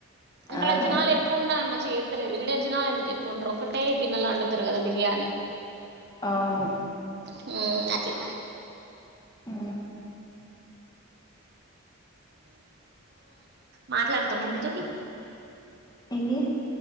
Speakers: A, on the right; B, on the left.
A: అంతల
B: అదే
A: జనాలు ఎక్కువ ఉండాల మంచిగా లేరు ఈడ జనాలు ఎందుకు ఎక్కుంటరు ఒకటే గిన్నెల అండుతారు కదా బిర్యానీ
B: అవును
A: హు అట్లా
B: ఉ
A: మాట్లాడతా మమ్మీ తోటి
B: టియి